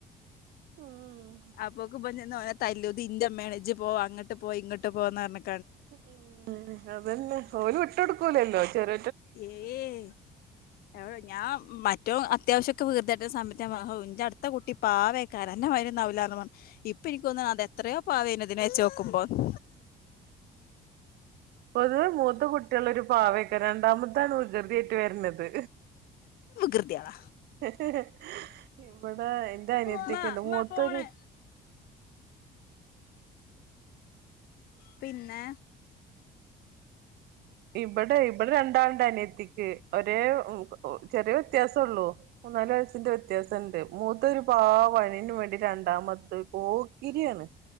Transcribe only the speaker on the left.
അപ്പൊക്ക്ബൻ ചെന്ന് ഓനെ തല്ലുതിന്റെ മ്മേണു ഇജ്ജ് പോ അങ്ങട്ട് പോ ഇങ്ങട്ട് പോന്ന് പറഞ്ഞ്
ഏയ് എവ്ടെ ഞാ ഏറ്റവും അത്യാവശ്യൊക്കെ വികൃതി കാട്ടണം സമയത്ത് ഞാ പറയും ഹൌ ന്റെ അടുത്ത കുട്ടി പാവെക്കാരം അന്റെമായ്രി ഒന്നുആവില്ല പറഞ്ഞു ഇപ്പൊ എനിക്കൊന്നണ് അത് എത്രയോ പാവയിനിതിനെ വെച്ചോക്കുമ്പോന്ന്
വികൃതിയാള
ഇമ്മാ ഇമ്മാ
ഫോണ് പിന്നെ